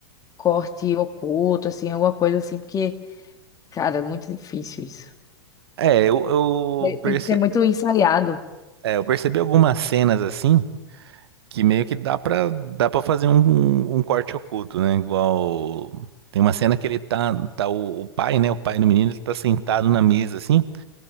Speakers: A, on the left; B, on the right.
A: corte oculto, assim, alguma coisa assim, porque, cara, é muito difícil isso.
B: É, eu, eu
A: Tem tem
B: perce-
A: que ser muito ensaiado.
B: é, eu percebi algumas cenas assim. que meio que dá pra, dá pra fazer um, um um corte oculto, né? Igual. Tem uma cena que ele tá, tá o, o pai, né? O pai do menino, ele tá sentado na mesa, assim.